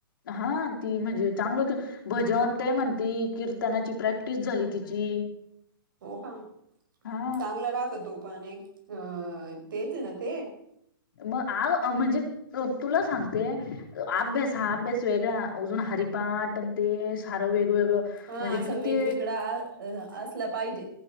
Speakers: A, on the left; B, on the right.
A: हा ती म्हणजे चांगलं क भजन ते म्हणती कीर्तनाची प्रॅक्टिस झाली तिची.
B: हो का,
A: हा
B: चांगलं राहत तो पण एक, अ तेच आहे ना ते
A: म आ म्हणजे हो तुला सांगते, अभ्यास हा अभ्यास वेगळा अजून हरिपाटन ते सारं वेगवेगळं,
B: हा
A: म्हणजे
B: असं
A: किती
B: वेगवेगळा आ असलं पाहिजे,